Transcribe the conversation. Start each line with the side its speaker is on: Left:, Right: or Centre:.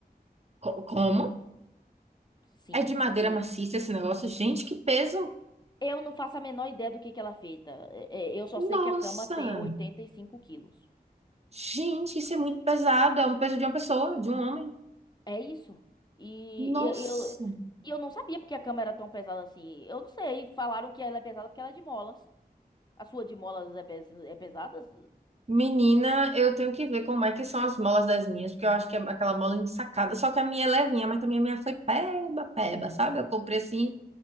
Right: Co- Como?
Left: Sim.
Right: É de madeira
Left: Oi.
Right: maciça esse negócio? Gente, que peso!
Left: Eu não faço a menor ideia do que que ela é feita. É, é, Eu só
Right: Nossa!
Left: sei que a cama tem 85 quilos.
Right: Gente, isso é muito pesado. É um peso de uma pessoa, de um homem.
Left: É isso. E
Right: Nossa!
Left: eu, eu, e eu não sabia porque a cama era tão pesada assim. Eu não sei. Falaram que ela é pesada porque ela é de molas. A sua de molas é, pes- é pesada?
Right: Menina, eu tenho que ver como é que são as molas das minhas, porque eu acho que é aquela mola ensacada, só que a minha é levinha, mas também a minha foi peba, peba, sabe? Eu comprei assim,